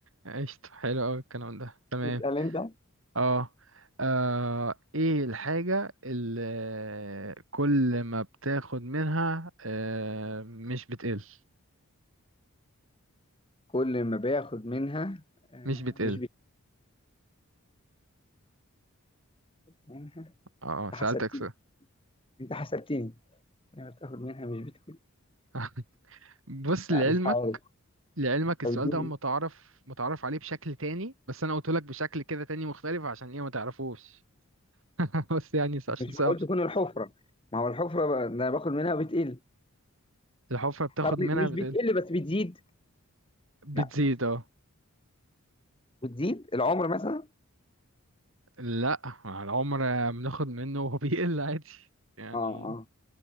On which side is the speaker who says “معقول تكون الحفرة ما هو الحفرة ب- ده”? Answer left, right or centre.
Left